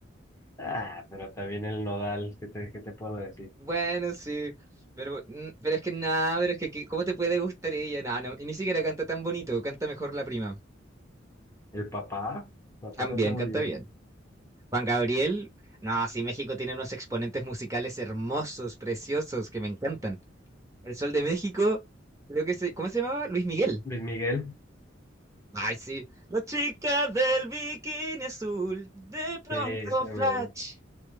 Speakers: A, on the left; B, on the right.
A: Ah, pero también el Nodal, ¿qué te, qué te puedo decir?
B: Bueno, sí. Pero, mm, pero es que nada, pero es que que- ¿cómo te puede gustar ella? No, no, y ni siquiera canta tan bonito, canta mejor la prima.
A: El papá, papá
B: También,
A: canta muy
B: canta
A: bien.
B: bien. Juan Gabriel, no, sí, México tiene unos exponentes musicales hermosos, preciosos, que me encantan. El Sol de México, creo que se, ¿cómo se llamaba? Luis Miguel.
A: Luis Miguel,
B: Ay, sí. La chica del bikini azul, de pronto
A: sí, ese
B: flash.
A: era muy bueno.